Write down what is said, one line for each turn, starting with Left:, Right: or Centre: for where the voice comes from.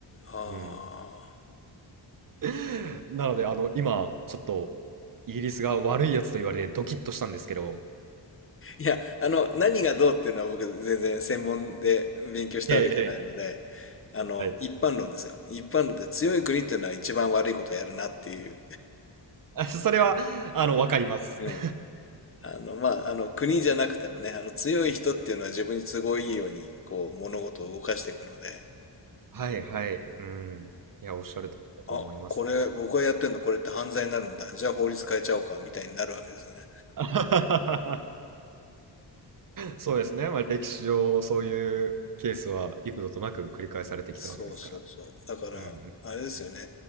Left: ああ。
Right: うん。<laughs> なので、あの、今、ちょっと、イギリスが悪いやつと言われてドキッとしたんですけど、
Left: いや、あの、何がどうっていうのは僕全然専門で勉強したわけじゃないので、
Right: ええ、ええ
Left: あの、
Right: はい
Left: 一般論ですよ。一般論で強い国っていうのは一番悪いことをやるなっていう。
Right: <laughs> あそれは、あの、わかります。
Left: うん。
Right: <laughs>
Left: あの、まあ、あの、国じゃなくてもね、あの、強い人っていうのは自分に都合いいように、こう、物事を動かしていくので、
Right: はいはい。うん。いや、おっしゃるとりだと思いますね。
Left: あ、これ、僕がやってんのこれって犯罪になるんだ。じゃあ法律変えちゃおうか、みたいになるわけですよね。
Right: <laughs> そうですね。まあ、歴史上、そういうケースは幾度となく繰り返されてきたわけですから。
Left: そうそうそう。だから、
Right: うん
Left: あれですよね。
Right: うん。